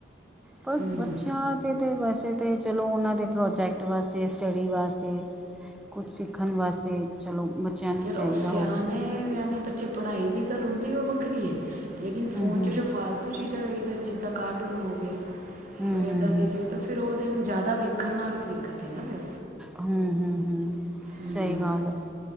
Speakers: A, in the centre; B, on the right (about 45°).
A: ਪਰ
B: ਹੂੰ
A: ਬੱਚਿਆਂ ਤੇ ਵੈਸੇ ਤਾਂ ਚਲੋ ਉਹਨਾਂ ਦੇ ਪ੍ਰੋਜੈਕਟ ਵਾਸਤੇ ਸਟੱਡੀ ਵਾਸਤੇ ਕੁਛ ਸਿੱਖਣ ਵਾਸਤੇ ਚਲੋ ਬੱਚਿਆਂ ਨੂੰ
B: ਚਲੋ
A: ਚਾਹੀਦਾ
B: ਉਹ ਸਿਆਣੇ
A: ਹੋਵੇ
B: ਵਿਆਣੇ ਬੱਚੇ ਪੜ੍ਹਾਈ ਦੀ ਗੱਲ ਹੁੰਦੀ ਉਹ ਵੱਖਰੀ ਹੈ। ਲੇਕਿਨ
A: ਹੂੰ
B: ਫੋਨ
A: ਹੂੰ
B: 'ਚ ਜੋ ਫਾਲਤੂ ਚੀਜ਼ਾਂ ਦੇਖਦੇ ਜਿੱਦਾਂ ਕਾਰਟੂਨ ਹੋ ਗਏ
A: ਹੂੰ
B: ਕੋਈ
A: ਹੂੰ
B: ਇੱਦਾਂ
A: ਹੂੰ
B: ਦੀ ਚੀਜ਼ ਤਾਂ ਫਿਰ ਉਹ ਦਿਨ ਜ਼ਿਆਦਾ ਵੇਖਣ ਨਾਲ ਵੀ ਦਿੱਕਤ ਹੈ ਨਾ ਫਿਰ
A: ਹੂੰ ਹੂੰ
B: ਹੂੰ
A: ਸਹੀ ਗੱਲ ਐ।